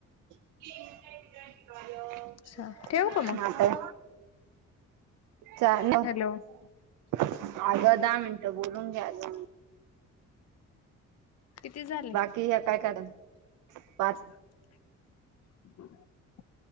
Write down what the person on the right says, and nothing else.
<unintelligible>
आता चाल अगं
दहा मिनटं बोलून घे अजून
ती एका कड पाच